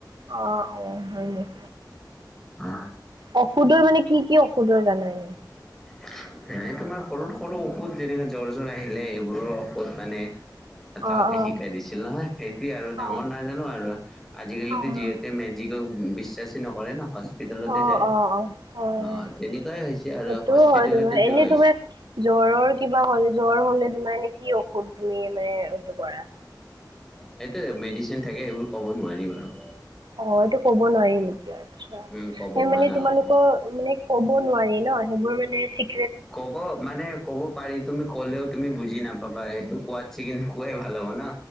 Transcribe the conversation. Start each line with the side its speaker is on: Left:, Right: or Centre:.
Right: অ', অ', হয় নেক
Centre: আ
Right: ঔষোধৰ মানে কি- কি ঔষোধৰ জানা এনে?
Centre: <unintelligible> হেৰি তোমাৰ সৰু -সৰু ঔষোধ যেনেকে জ্বৰ চৰ আহিলে এইবোৰৰ ঔষোধ মানে। এ তাহতে
Right: অ', অ',
Centre: শিকাই দিছিল নহয় সেইটোয়ে আৰু ডাঙৰ
Right: অ',
Centre: নাই। নাজানো আৰু আজিকালিতো
Right: অ',
Centre: যিহেতু মেজিকক বিশ্বাচে নকৰে ন' হচ হস্পিতলতে
Right: অ',
Centre: যায়
Right: অ', অ', হয়
Centre: অ,
Right: হয়
Centre: তেনেকুৱাই হৈছে আৰু
Right: সেইটোও
Centre: হস্পিতেলতে
Right: হয় তোমাৰ এনে
Centre: যোৱা হৈছে।
Right: তোমাৰ জ্বৰৰ কিবা হ'ল জ্বৰ হলে তোমাৰ এনে কি ঔষধ তুমি মানে এইটো কৰা?
Centre: সেইটোয়ে মেডিচিন থাকে সেইবোৰ ক'ব নোৱাৰি বাৰু।
Right: অ, এইটো ক'ব নোৱাৰি নেকি আচ্ছা
Centre: উম ক'ব
Right: সেই
Centre: মানা
Right: মানে তোমালোকৰ মানে ক'ব নোৱাৰি ন, সেইবোৰ মানে ঠিক
Centre: ক'ব মানে ক'ব পাৰি তুমি ক'লেও তুমি বুজি নাপাবা সেইটো কোৱাত ছেগেন কোৱাই ভাল হ'ব না।